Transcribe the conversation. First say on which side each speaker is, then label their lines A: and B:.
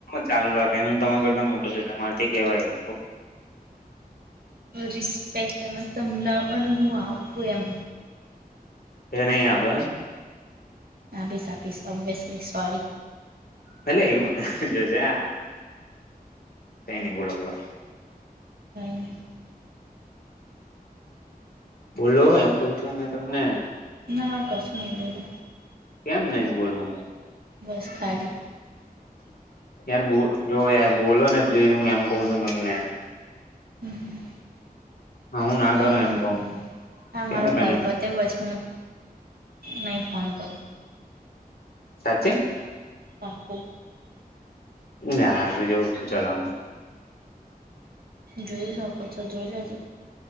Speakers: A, on the left; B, on the right.
A: ચાલુ રાખે હું તમારા કરતા મોટો છ તમારે થી કેવાયું.
B: રિસ્પેક્ટ એને તમને અને હું આપું એમ?
A: એટલે નઈ આપ એમ?
B: હા આપીસ આપીસ ઓબ્વિસલી સોરી.
A: ભલે એવું છે કઈ નઈ બોલો બોલો.
B: <unintelligible>
A: બોલો એમ કઉ છું મેં તમને.
B: ના માર કશું નહી બોલો.
A: કેમ નહી બોલવું?
B: બસ ખાલી.
A: <inaudible> યાર બો જો યાર બોલો ને પ્લી હું એમ કઉ છું તમને.
B: હમ
A: હું ના
B: કઈ
A: કરો
B: નઈ.
A: એમ કઉ
B: હા
A: કેમ
B: મારો
A: કઈ
B: કોલ પતે પછી હું નહીં ફોન કરું.
A: સાચચે?
B: પાક્કુ.
A: ના એ જોવું છું ચાલ હું.
B: જોઈ શકો છો જોઈ લેજો.